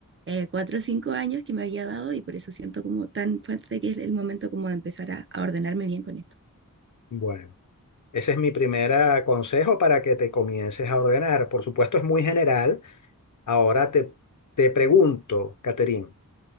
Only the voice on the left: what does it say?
Bueno, ese es mi primer ah, consejo para que te comiences a ordenar. Por supuesto, es muy general. Ahora te, te pregunto, Caterín,